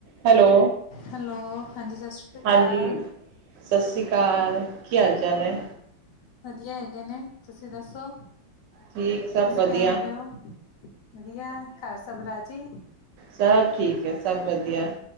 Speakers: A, on the right; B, on the left.
A: Hello,
B: hello ਹਾਂਜੀ ਸਤਿ ਸ੍ਰੀ ਅਕਾਲ
A: ਹਾਂਜੀ, ਸਸ ਰੀ ਕਾਲ। ਕੀ ਹਾਲ ਚਾਲ ਐ?
B: ਵਧੀਆ ਹੈਗੇ ਨੇ, ਤੁਸੀਂ ਦੱਸੋ
A: ਠੀਕ ਸਭ
B: ਤੁਸੀਂ
A: ਵਧੀਆ
B: ਕਿਵੇਂ ਦੇ ਹੋ, ਵਧੀਆ ਘਰ ਸਭ ਰਾਜੀ।
A: ਸਭ ਠੀਕ ਐ, ਸਭ ਵਧੀਆ।